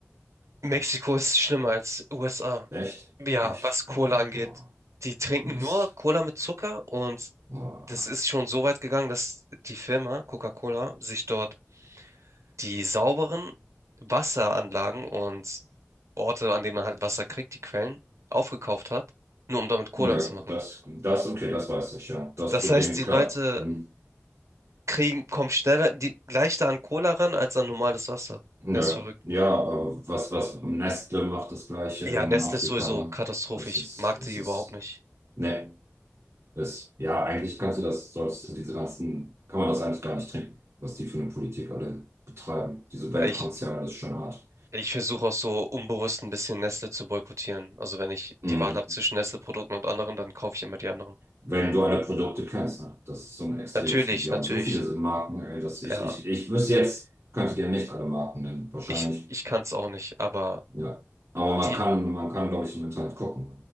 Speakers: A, on the right; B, on the right.
A: Mexiko ist schlimmer als USA.
B: Echt?
A: Ja,
B: Echt?
A: was Cola
B: Okay,
A: angeht.
B: boah.
A: Die trinken
B: Mist.
A: nur Cola mit Zucker und
B: Ah.
A: das ist schon so weit gegangen, dass die Firma Coca-Cola sich dort die sauberen Wasseranlagen und Orte, an denen man halt Wasser kriegt, die Quellen, aufgekauft hat, nur um damit Cola
B: Ja,
A: zu machen.
B: das, das, okay, das weiß ich, ja. Das
A: Das
B: Problem,
A: heißt, die
B: klar.
A: Leute
B: Hm.
A: kriegen, kommen schneller, die, leichter an Cola ran als an normales Wasser.
B: Ja,
A: Das ist verrückt.
B: ja, aber was, was, Nestle macht das Gleiche
A: Ja,
B: in
A: Nestle
B: Afrika,
A: ist sowieso
B: ne?
A: katastrophisch.
B: Das ist,
A: Ich mag
B: es
A: die überhaupt
B: ist,
A: nicht.
B: ne, das, ja, eigentlich kannst du das, solltest du diese ganzen, kann man das eigentlich gar nicht trinken, was die für eine Politik alle betreiben. Diese
A: Ja,
B: Weltkonzerne,
A: ich,
B: das ist schon hart.
A: ich versuche auch so unbewusst ein bisschen Nestle zu boykottieren. Also wenn ich die
B: Hm.
A: Wahl habe zwischen Nestle-Produkten und anderen, dann kaufe ich immer die anderen.
B: Wenn du alle Produkte kennst, ne? Das ist so ein extremes,
A: Natürlich,
B: und die
A: natürlich.
B: haben so viele Marken, ey, dass ich,
A: Ja,
B: ich, ich wüsste jetzt, könnte dir nicht alle Marken nennen, wahrscheinlich.
A: ich, ich kann es auch nicht, aber
B: Ja. Aber man
A: die,
B: kann, man kann, glaube ich, im Internet gucken,